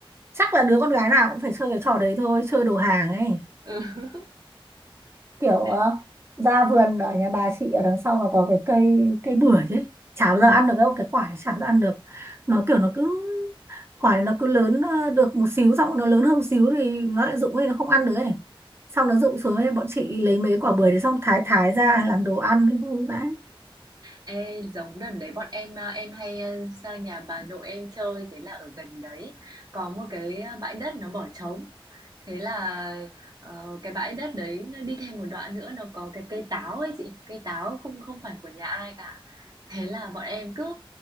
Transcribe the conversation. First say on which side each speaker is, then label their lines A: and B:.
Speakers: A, on the right (about 25°); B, on the right (about 45°).
A: chắc là đứa con gái nào cũng phải chơi cái trò đấy thôi chơi đồ hàng ấy
B: Ừ, <laughs>
A: kiểu
B: đấy.
A: ờ, ra vườn ở nhà bà chị ở đằng sau nó có cái cây cây bưởi ấy chả bao
B: Ừ.
A: giờ ăn được đâu cái quả này chả bao giờ ăn được nó kiểu nó cứ quả này nó cứ lớn ờ, được một xíu xong nó lớn hơn một xíu thì nó lại rụng ấy nó không ăn được ấy xong nó rụng xuống ấy bọn chị lấy mấy quả bưởi đấy xong thái thái ra làm đồ ăn ấy vui vãi
B: Ê, giống đợt đấy bọn em à, em hay à, sang nhà bà nội em chơi thế là ở gần đấy có một cái ờ, bãi đất nó bỏ trống thế là ờ, cái bãi đất đấy nó đi thêm một đoạn nữa nó có cái cây táo ấy chị cây táo không không phải của nhà ai cả thế là bọn em cứ